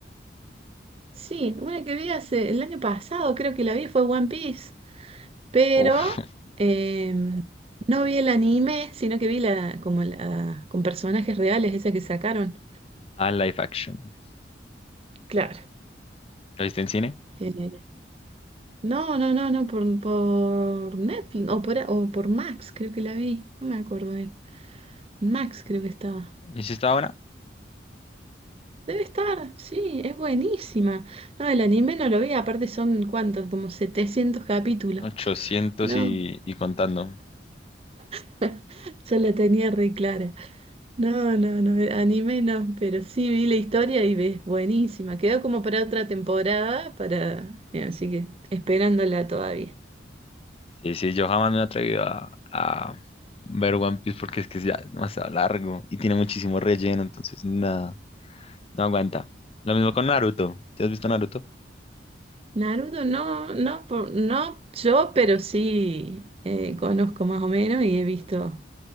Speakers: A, on the right; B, on the left.
A: sí, una que vi hace el año pasado, creo que la vi, fue One Piece. pero
B: Uf.
A: em, no vi el anime, sino que vi la, como la, con personajes reales, esa que sacaron.
B: Ah, live action.
A: Claro.
B: ¿Lo viste en cine?
A: Eh, no, no, no, no, por, por Netflix o por, o por Max, creo que la vi, no me acuerdo bien. En Max creo que estaba.
B: ¿Hiciste ahora?
A: Debe estar, sí, es buenísima. No, el anime no lo vi, aparte son cuántos, como 700 capítulos.
B: ochocientos
A: No,
B: y, y contando.
A: <laughs> yo la tenía re clara. No, no, no, anime no, pero sí vi la historia y ves, buenísima. Quedó como para otra temporada, para, eh, así que esperándola todavía.
B: Sí, sí, yo jamás me he atrevido a, a ver One Piece porque es que es ya demasiado largo y tiene muchísimo relleno, entonces nada, no aguanta. Lo mismo con Naruto. ¿Te has visto Naruto?
A: Naruto no, no, por- no yo, pero sí eh, conozco más o menos y he visto